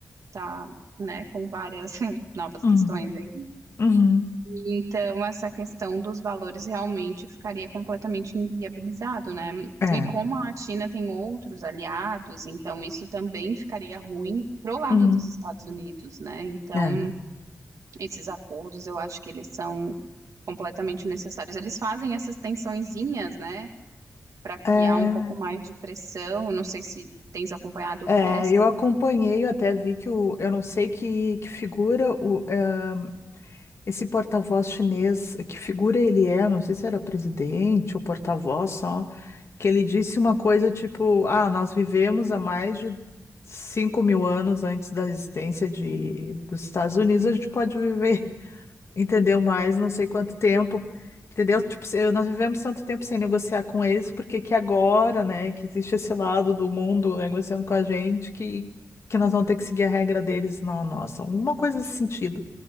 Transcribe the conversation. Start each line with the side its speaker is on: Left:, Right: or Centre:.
Right: tá, né, com várias <laughs> novas
Left: uhum,
Right: questões aí.
Left: uhum.
Right: Então, essa questão dos valores realmente ficaria completamente inviabilizado, né?
Left: É.
Right: E como a China tem outros aliados, então isso também ficaria ruim pro lado
Left: Uhum,
Right: dos Estados Unidos, né? Então,
Left: é.
Right: esses acordos, eu acho que eles são completamente necessários. Eles fazem essas tensõezinhas, né, para criar
Left: É.
Right: um pouco mais de pressão. Não sei se tens acompanhado
Left: É,
Right: o resto.
Left: eu acompanhei, eu até vi que o, eu não sei que, que figura o, eh, esse porta-voz chinês, que figura ele é, não sei se era presidente ou porta-voz só, que ele disse uma coisa tipo, ah, nós vivemos há mais de cinco mil anos antes da existência de, dos Estados Unidos, a gente pode viver entendeu mais não sei quanto tempo, entendeu? Tipo, se- nós vivemos tanto tempo sem negociar com eles, porque que agora, né, que existe esse lado do mundo negociando com a gente, que, que nós vamos ter que seguir a regra deles, não a nossa, alguma coisa nesse sentido.